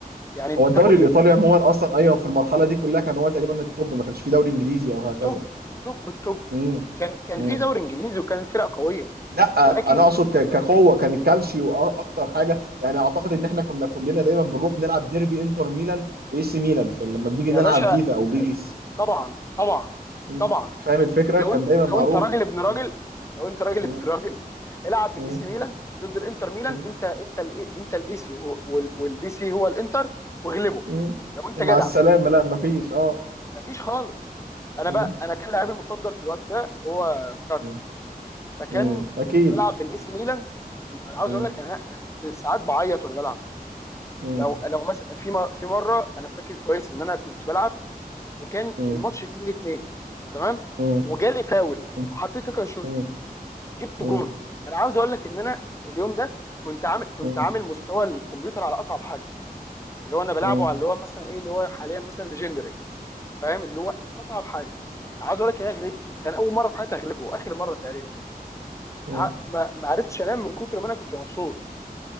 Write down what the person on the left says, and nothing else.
يعني انت
تاخد
توب توب توب
كان كان
في دوري انجليزي وكانت فرق قويه
ولكن
يا
باشا
يا-
طبعا طبعا
طبعا
ولو
انت
ولو
انت راجل ابن راجل
لو انت راجل
ابن راجل العب بالاي
سي ميلان ضد الانتر ميلان
انت انت ال انت الاي سي والبي سي هو الانتر واغلبه
لو انت
جدع
مفيش خالص انا
بقى انا كان لاعبي المفضل في الوقت ده هو كاكا
فكان
بلعب بالاي سي ميلان انا عاوز
اقول لك انا انا كنت ساعات بعيط وانا بلعب
لو لو مثلا في مر... في مره انا فاكر كويس ان انا كنت بلعب وكان
الماتش 2 2 تمام
وجالي فاول
حطيت كاكا يشوطه
جبت جون
انا عاوز اقول لك ان انا اليوم ده كنت عامل كنت
عامل مستوى الكمبيوتر على اصعب حاجه اللي هو انا بلعبه
على اللي هو مثلا ايه اللي هو حاليا مثلا ليجندري فاهم اللي هو اصعب حاجه عاوز اقول لك ان انا غلبته كان اول مره في حياتي اغلبه اخر مره تقريبا
ع-
ما ما عرفتش انام من كتر ما انا كنت مبسوط